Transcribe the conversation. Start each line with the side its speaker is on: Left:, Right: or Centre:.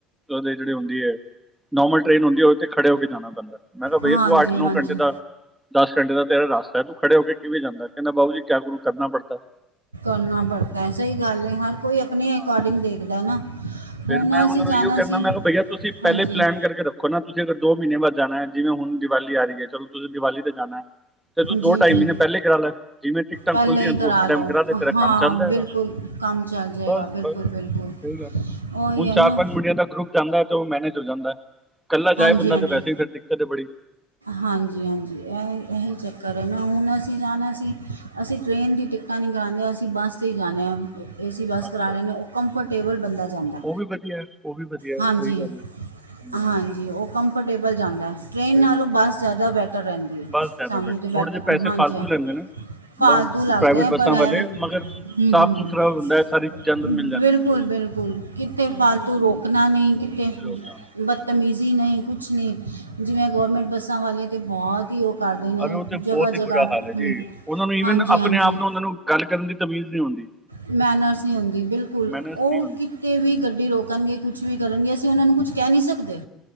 Centre: ਦੇ ਜਿਹੜੇ ਹੁੰਦੀ ਏ ਨੋਰਮਲ ਟ੍ਰੇਨ ਹੁੰਦੀ ਤੇ ਖੜੇ ਹੋ ਕੇ ਜਾਣਾ ਪੈਂਦਾ ਮੈਂ ਕਿਹਾ ਬਈ
Right: ਹਾਂਜੀ
Centre: ਤੂੰ ਅੱਠ ਨੌ
Right: ਹਾਂਜੀ
Centre: ਘੰਟੇ ਦਾ ਦਸ ਘੰਟੇ ਦਾ ਤੇਰਾ ਰਸਤਾ ਹੈ ਤੂੰ ਖੜੇ ਹੋ ਕੇ ਕਿਵੇਂ ਜਾਂਦਾ ਕਹਿੰਦਾ ਬਾਹੂ ਜੀ ਕਿਆ ਕਰੂ ਕਰਨਾ ਪੜਦਾ ਹੈ
Right: ਕਰਨਾ ਪੜਦਾ ਸਹੀ ਗੱਲ ਹੈ ਹਰ ਕੋਈ ਆਪਣੇ ਅਕੋਡਿੰਗ
Centre: ਹਾਂ
Right: ਦੇਖਦਾ ਨਾ
Centre: ਫਿਰ
Right: ਹੁਣ
Centre: ਮੈਂ ਉਹਨਾਂ
Right: ਅਸੀਂ
Centre: ਨੂੰ
Right: ਜਾਣਾ
Centre: ਇਯੋ ਕਹਿੰਦਾ
Right: ਸੀ
Centre: ਮੈਂ ਕਿਹਾ ਭਈਆ ਤੁਸੀਂ ਪਹਿਲੇ
Right: ਹਾਂਜੀ
Centre: ਪਲੈਨ ਕਰਕੇ ਰੱਖੋ ਨਾ ਤੁਸੀਂ ਅਗਰ ਦੋ ਮਹੀਨੇ ਬਾਅਦ ਜਾਣਾ ਜਿਵੇਂ ਹੁਣ ਦੀਵਾਲੀ ਆ ਰਹੀ ਹੈ ਚਲੋ ਤੁਸੀਂ ਦੀਵਾਲੀ ਤੇ ਜਾਣਾ ਹੈ ਤੇ ਤੁੂੰ ਦੋ
Right: ਜੀ
Centre: ਢਾਈ
Right: ਜੀ
Centre: ਮਹੀਨੇ ਪਹਿਲੇ ਕਰਾ ਲੈ ਜਿਵੇਂ ਟਾਂ
Right: ਪਹਿਲੇ
Centre: ਖੁੱਲਦੀਆਂ
Right: ਹੀ
Centre: ਤੂੰ
Right: ਕਰਾ
Centre: ਉਸੇ ਟਾਈਮ
Right: ਲਓ
Centre: ਕਰ ਦੇ ਤੇਰਾ
Right: ਹਾਂ
Centre: ਕੰਮ ਚੱਲ ਜਾਏਗਾ
Right: ਬਿਲਕੁਲ ਕੰਮ ਚੱਲ ਜਾਏਗਾ
Centre: ਬਸ
Right: ਬਿਲਕੁਲ
Centre: ਬਸ ਸਹੀ
Right: ਬਿਲਕੁਲ
Centre: ਗੱਲ ਹੈ
Right: ਉਹੀ
Centre: ਹੁਣ
Right: ਹੈ
Centre: ਚਾਰ
Right: ਨਾ
Centre: ਪੰਜ ਮੁੰਡੀਆਂ ਦਾ ਗਰੁੱਪ ਜਾਂਦਾ ਤੇ ਉਹ ਮੈਨੇ ਹੋ ਜਾਂਦਾ ਇਕੱਲਾ
Right: ਹਾਂਜੀ
Centre: ਜਾਏ ਬੰਦਾ
Right: ਹਾਂਜੀ
Centre: ਤੇ ਵੈਸੇ ਵੀ ਫਿਰ ਦਿੱਕਤ ਹੈ ਬੜੀ
Right: ਹਾਂਜੀ ਹਾਂਜੀ ਇਹ ਇ ਹੀ
Centre: ਹਾਂ
Right: ਚੱਕਰ ਹੈ ਨਾ ਹੁਣ ਅਸੀਂ ਜਾਣਾ ਸੀ ਅਸੀਂ ਟ੍ਰਰੇਨ ਦੀ ਟਿਕਟਾਂ ਨਹੀਂ ਕਰਾਉਂਦੇ ਅਸੀਂ ਬੱਸ 'ਤੇ ਹੀ ਜਾਂਦੇ ਹਾਂ ਏ ਸੀ ਬੱਸ
Centre: ਅੱਛਾ
Right: ਕਰਾ ਲਹੇਦੇ ਉਹ ਕੰਫਰਟ <unintelligible> ਜਾਂਦਾ
Centre: ਉਹ ਵੀ ਵਧੀਆ ਹੈ, ਉਹ ਵੀ ਵਧੀਆ ਹੈ,
Right: ਹਾਂਜੀ
Centre: ਸਹੀ ਗੱਲ ਹੈ ਹੂੰ,
Right: ਹਾਂਜੀ ਉਹ ਕੰਫਰਟੇਬਲ ਜਾਂਦਾ ਹੈ ਟ੍ਰੇਨ
Centre: ਸਹੀ
Right: ਨਾਲੋਂ
Centre: ਗੱਲ
Right: ਬਸ ਜ਼ਿਆਦਾ ਬੈਟਰ ਰਹਿੰਦੀ ਹੈ
Centre: ਬਸ ਜ਼ਿਆਦਾ
Right: ਸਾਨੂੰ ਤਾਂ ਬੈਟਰ
Centre: ਥੋੜੇ ਜਿਹੇ ਪੈਸੇ
Right: ਹਾਂਜੀ ਹਾਂ
Centre: ਲੈਂਦੇ ਨੇ
Right: ਫਾਲਤੂ
Centre: ਮਗਰ
Right: ਲੱਗਦੇ
Centre: ਪ੍ਰਾਈਵੇਟ
Right: ਆ
Centre: ਬੱਸਾਂ
Right: ਪਰ ਹੈ
Centre: ਵਾਲੇ
Right: ਹਮ
Centre: ਮਗਰ
Right: ਹਮ
Centre: ਸਾਫ ਸੁਥਰਾ
Right: ਬਿਲਕੁਲ
Centre: ਹੁੰਦਾ ਹੈ ਸਾਰੀ ਚੀਜ਼ਾਂ ਅੰਦਰ ਮਿਲ ਜਾਂਦੀਆਂ
Right: ਬਿਲਕੁਲ
Centre: ਉਹਦੇ
Right: ਬਿਲਕੁਲ ਕਿਤੇ ਫਾਲਤੂ ਰੋਕਣਾ ਨਹੀਂ ਕਿਤੇ
Centre: ਲੋਕਡਾਊਨ ਵਿੱਚ
Right: ਬਦਤਮੀਜ਼ ਜੀ ਨਹੀਂ ਕੁਛ ਨਹੀਂ ਜਿਵੇਂ ਗੌਰਮੈਂਟ ਬੱਸਾਂ ਵਾਲੇ ਤਾਂ ਬਹੁਤ ਹੀ ਉਹ ਕਰਦੇ ਨੇ
Centre: ਅ ਉਹ ਤੇ ਬਹੁਤ
Right: ਜਗ੍ਹਾ
Centre: ਹੀ
Right: ਜਗ੍ਹਾ
Centre: ਬੁਰਾ ਹਾਲ ਹੈ
Right: ਹੂੰ
Centre: ਜੀ ਉਹਨਾਂ ਨੂੰ ਈਵਨ
Right: ਹਾਂਜੀ
Centre: ਆਪਣੇ
Right: ਹਾਂਜੀ
Centre: ਆਪ ਨੂੰ ਉਹਨਾਂ ਨੂੰ ਗੱਲ ਕਰਨ ਦੀ ਤਮੀਜ਼ ਨਹੀਂ ਹੁੰਦੀ
Right: ਮੈਨਰਸ ਨਹੀਂ ਹੁੰਦੀ ਬਿਲਕੁਲ
Centre: ਮੈਨਰਸ
Right: ਉਹ
Centre: ਨਹੀਂ ਹੁੰਦੀ
Right: ਕਿਤੇ ਵੀ ਗੱਡੀ ਰੋਕਣਗੇ ਕੁਛ ਵੀ ਕਰਨਗੇ ਅਸੀਂ ਉਹਨਾਂ ਨੂੰ ਕੁਝ ਕਹਿ ਨਹੀਂ ਸਕਦੇ